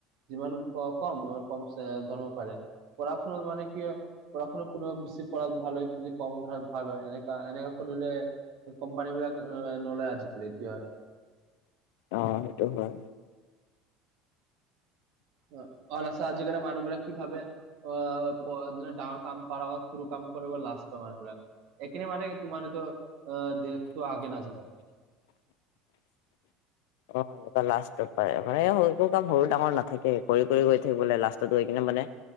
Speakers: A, on the right; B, on the left.
A: যিমান ক কম সিমান কম ধৰব পাৰে পঢ়া শুনাত মানে কি হয় পঢ়া শুনাত কোনোবা বেছি পঢ়াত ভাল হয় কনে কম পঢ়াত ভাল হয় এনেকা এনেককা কৰিলে কোম্পানী বিলাক নলয় আজিকালি এতিয়া হা
B: অ সেইটো হয়।
A: অ অল আচা আজিকালি মানুহবিলাক কি ভাবে অ ডাঙৰ কাম পোৱা আগত সৰু কাম কৰিব লাজ কৰে মানে পোৰা এখনে মানে তোমাৰতো অ দিৰেকটো আগে নাযায়
B: অ লাষ্টত পাই মানে কোনোটো কাম সৰু ডাঙৰ নাথাকে কৰি কৰি গৈ থাকিব লাগে লাষ্টত গৈ কিনে মানে